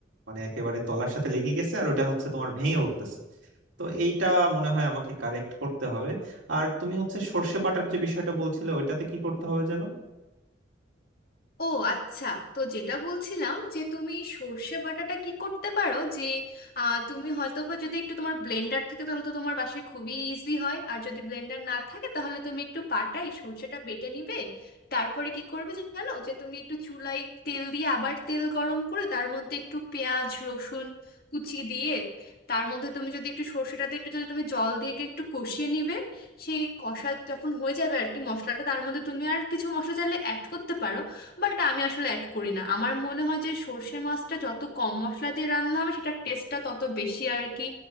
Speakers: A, on the right; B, on the left.
A: মানে একেবারে তলার সাথে লেগে গেছে আর ওটা হচ্ছে তোমার ভেঙে উঠতেছে তো এইটা মনে হয় আমাকে কারেক্ট করতে হবে আর তুমি হচ্ছে সর্ষে বাটার যে বিষয়টা বলছিলে ওইটাতে কি করতে হবে যেন
B: ও আচ্ছা তো যেটা বলছিলাম যে তুমি সর্ষে বাটাটা কি করতে পারো যে আহ, তুমি হয়তো বা যদি একটু তোমার ব্লেন্ডার থাকে তাহলে তো তোমার বাসায় খুবই ইজি হয় আর যদি ব্লেন্ডার না থাকে তাহলে তুমি একটু পাটাই সর্ষেটা বেটে নিবে তারপরে কি করবে জানো যে তুমি একটু চুলায় তেল দিয়ে আবার তেল গরম করে তার মধ্যে একটু পেঁয়াজ রসুন কুচি দিয়ে তার মধ্যে তুমি যদি একটু সর্ষেটা দিয়ে একটু যদি তুমি জল দিয়ে একটু কষিয়ে নিবে সেই কষা যখন হয়ে যাবে আর কি মশলাটা তার মধ্যে তুমি আর কিছু মশলা চাইলে অ্যাড করতে পারো বাট আমি আসলে অ্যাড করি না আমার মনে হয় যে সর্ষে মাছটা যত কম মশলা দিয়ে রান্না হবে সেটার টেস্টটা তত বেশি আর কি